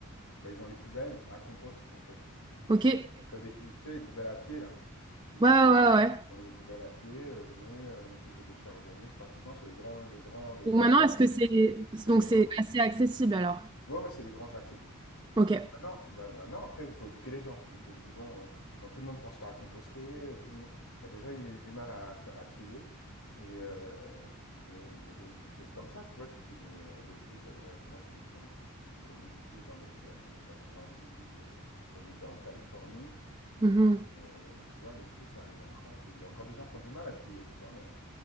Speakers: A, on the left (about 75°); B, on the right (about 20°).
A: bah, ils ont les poubelles à compost, en fait.
B: Ok, ouais,
A: Tu as des tu sais, les poubelles à pied là. Tu
B: ouais, ouais. ouais.
A: dans les poubelles à pied, heu, venez, heu, mettez vos déchets organiques pratiquement sur les grands les grands les
B: Donc
A: grands
B: maintenant,
A: axes,
B: est-ce que c'est,
A: sur
B: donc
A: les grands
B: c'est
A: axes.
B: assez accessible alors?
A: Ouais, ouais, c'est les grands axes et tout.
B: Ok.
A: Donc maintenant bah, maintenant, après, il faut éduquer les gens. Tu te dis, bon, heu, bon, tout le monde ne pense pas à composter, heu, tout le monde bon, déjà, il y a eu du mal à à trier et heu et il y a des des choses comme ça, tu vois? Tu te dis: «Mais heu, le tri, ça devrait être» moi, j'ai con connu le tri dans les années 92, heu, quand j'étais en Californie.
B: Mhm.
A: Heu, tu vois, le tri, c'est arrivé en France. Il y a encore des gens qui ont du mal à trier, tu vois? Même